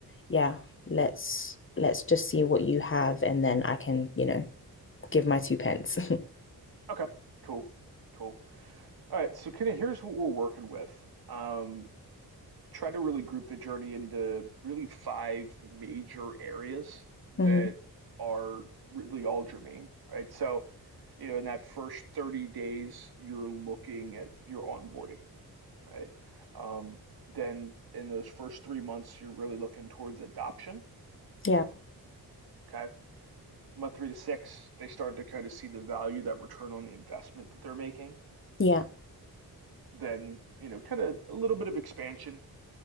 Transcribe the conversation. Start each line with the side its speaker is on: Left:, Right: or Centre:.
Left: yeah, let's let's just see what you have and then I can, you know, give my two pence. <laughs>
Right: Okay, cool, cool. All right, so kind of here's what we're working with. Um, try to really group the journey into really five major areas that
Left: Mm-hmm.
Right: are really all germane, right? So, you know, in that first 30 days, you're looking at your onboarding, right? Um, then in those first three months, you're really looking towards adoption,
Left: Yeah.
Right: okay? Month three to six, they start to kind of see the value, that return on the investment that they're making.
Left: Yeah.
Right: Then, you know, kind of a little bit of expansion,